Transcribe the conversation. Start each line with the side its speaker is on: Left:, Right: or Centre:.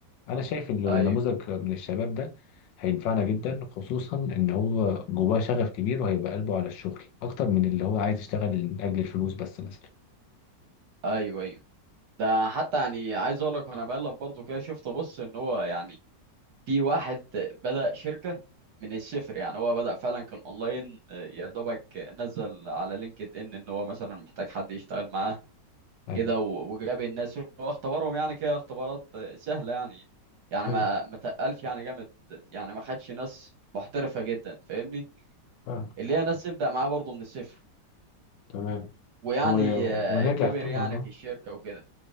Left: انا شايف ان النموذج
Right: أيوه
Left: من الشباب ده هينفعنا جدا خصوصا ان هو جواه شغف كبير وهيبقى قلبه على الشغل اكتر من اللي هو عايز يشتغل لاجل الفلوس بس مثلا
Right: أيوه أيوه ده حتى يعني عايز أقول لك وأنا بقلب برضه كده شفت بص إن هو يعني في واحد بدأ شركة من الصفر يعني هو بدأ فعلا كان اونلاين آه، يا دوبك نزل على لينكد ان ان هو مثلا محتاج حد يشتغل معاه
Left: أيوة.
Right: كده و- وجاب الناس هو اختبرهم يعني كده اختبارات آه، سهلة يعني يعني
Left: ايوه
Right: ما ما تقلش يعني جامد يعني ما خدش ناس محترفة جدا فاهمني
Left: فاهم
Right: اللي هي ناس تبدأ معاه برضه من الصفر
Left: تمام
Right: ويعني
Left: و-
Right: آه،
Left: ونجح
Right: كبر
Left: طبعا
Right: يعني
Left: اه
Right: في الشركة وكده